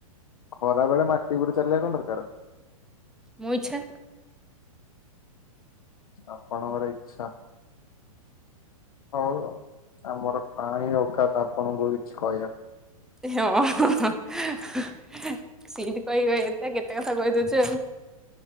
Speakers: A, on the left; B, in the centre.
A: ଖରା ବେଳେ ମାଟି ଉପରେ ଚାଲିବା କଣ ଦରକାର?
B: ମୋ ଇଚ୍ଛା।
A: ଆପଣଙ୍କର ଇଚ୍ଛା। ହଉ ଆଉ ଆମର କାଇଁ ଓକାତ ଆପଣଙ୍କୁ କିଛି କହିବାକୁ।
B: ହଁ ହଁ ହଁ ହେଁ ହେଁ ସେଇଟି କଇବେ କେତେ କେତେ କଥା କଇଦଉଚୁ ଆଉ।